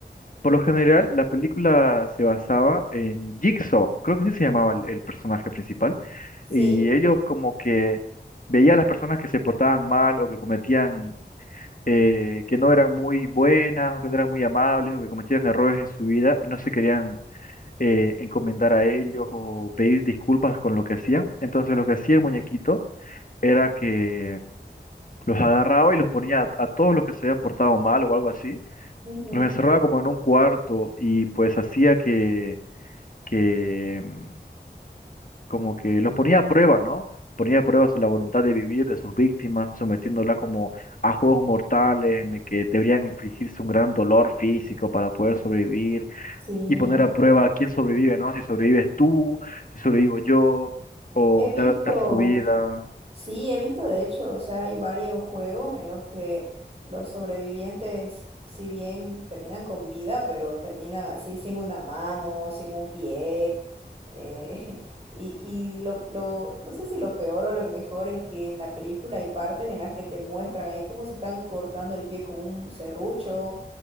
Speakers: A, on the left; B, on the right.
A: por lo general, la película se basaba en Jigsaw, creo que sí se llamaba el, el personaje principal,
B: Sí.
A: y ellos como que veían a las personas que se portaban mal o que cometían, eh, que no eran muy buenas o que no eran muy amables o que cometían errores en su vida y no se querían eh, encomendar a ellos o pedir disculpas con lo que hacían. Entonces lo que hacía el muñequito era que los agarraba y los ponía a, a todos los que se habían portado mal o algo así,
B: Ujú.
A: los encerraba como en un cuarto y pues hacía que, que mm, como que los ponía a prueba, ¿no? Ponía a prueba su- la voluntad de vivir de sus víctimas, sometiéndolas como a juegos mortales en el que deberían infligirse un gran dolor físico para poder sobrevivir
B: Sí,
A: y poner a prueba quién sobrevive, ¿no? Si sobrevives tú, si sobrevivo yo, o
B: he visto.
A: dar, dar su vida.
B: Sí, he visto de hecho, o sea, hay varios juegos en los que los sobrevivientes, si bien terminan con vida, pero terminan así sin una mano, sin un pie. eh, <laughs> y y lo, lo, no sé si lo peor o lo mejor es que en la película hay partes en las que te muestran ahí cómo se están cortando el pie con un serrucho